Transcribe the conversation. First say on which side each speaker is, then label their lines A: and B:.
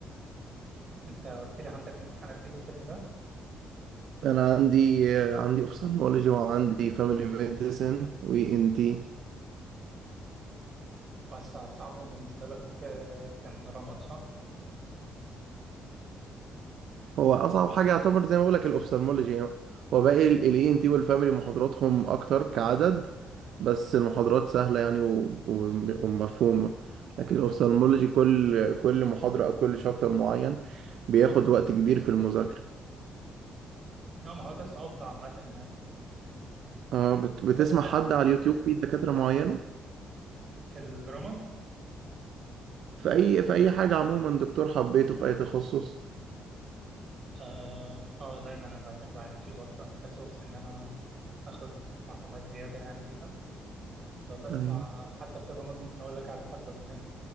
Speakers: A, on the right; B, on the right.
A: أنت قلت لي عندك امتحانات إيه الترم ده؟
B: انا عندي آه، عندي اوفثالمولوجي وعندي فاميلي ميديسن وي ان تي
A: وأصعبهم بالنسبة لك آه، كان رمض صح؟
B: هو اصعب حاجه يعتبر زي ما بقول لك الاوفثالمولوجي هو باقي الاي ان تي والفاميلي محاضراتهم اكتر كعدد بس المحاضرات سهله يعني و- و- ومفهومه لكن الاوفثالمولوجي كل كل محاضره او كل شابتر معين بياخد وقت كبير في المذاكره
A: اه ما هو ده صعوبته عامة يعني
B: اه بت- بتسمع
A: بس يعني
B: حد على اليوتيوب في دكاتره معينه
A: في الرمض
B: في اي في اي حاجه عموما دكتور حبيته في اي تخصص
A: اه, آه دايما انا بعتمد على اليوتيوب اصلا كسورس ان انا اخد معلومات زيادة يعني بيها ب- بسمع
B: ايوه
A: حتى في الرمض ممكن اقول لك على حد معين